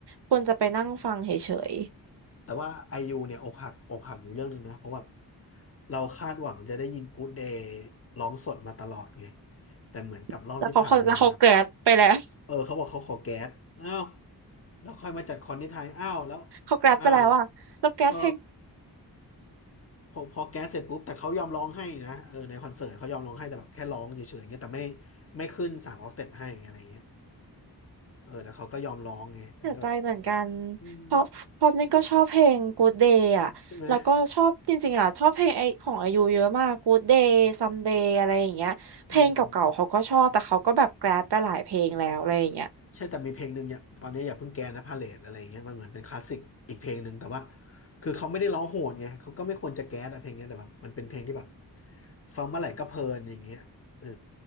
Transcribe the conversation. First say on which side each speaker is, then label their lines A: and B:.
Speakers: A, on the right; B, on the left.
A: ควรจะไปนั่งฟังเฉย
B: แต่ว่าไอยูเนี่ยอกหักอกหักอยู่เรื่องหนึงนะเพราะว่าเราคาดหวังจะได้ยินกู๊ดเดย์ร้องสดมาตลอดไงแต่เหมือนกับรอบที่ผ่านมา
A: ๆแล้วเขาแล้วเขาแกรดไปแล้ว
B: เออเขาบอกเขาขอแก๊สอ้าวแล้วค่อยมาจัดคอนที่ไทยอ้าวแล้ว
A: <laughs> เขาแกรดไปแล้วอ่ะแล้วแกรดเพลง
B: อ้าวเออพอพอแก๊สเสร็จปุ๊บแต่เขายอมร้องให้นะเออในคอนเสิร์ตเขายอมร้องให้แต่แบบแค่ร้องเฉยๆเงี้ยแต่ไม่ไม่ขึ้นสามออกเต็ปให้อะไรเงี้ยเออแต่เขาก็ยอมร้องไงเออก็แบบ
A: เสียใจเหมือนกัน
B: อืม
A: เพราะเพราะนี่ก็ชอบเพลง Good Day อ่ะแล้วก็ชอบจริงๆอ่ะชอบเพลงไอของอายุเยอะมาก
B: ใช่ไหม
A: Good Day Someday อะไรอย่างเงี้ยเพลงเก่าๆเขาก็ชอบแต่เขาก็แบบแกรดไปหลายเพลงแล้วอะไรอย่างเงี้ย
B: อืม ใช่แต่มีเพลงหนึ่งเนี่ยตอนนี้อย่าเพิ่งแกนะพาเลทอะไรอย่างเงี้ยมันเหมือนเป็นคลาสสิกอีกเพลงหนึ่งแต่ว่าคือเขาไม่ได้ร้องโหดไงเขาก็ไม่ควรจะแก๊สอะเพลงเนี้ยแต่แบบมันเป็นเพลงที่แบบฟังเมื่อไหร่ก็เพลินอย่างเงี้ยเออ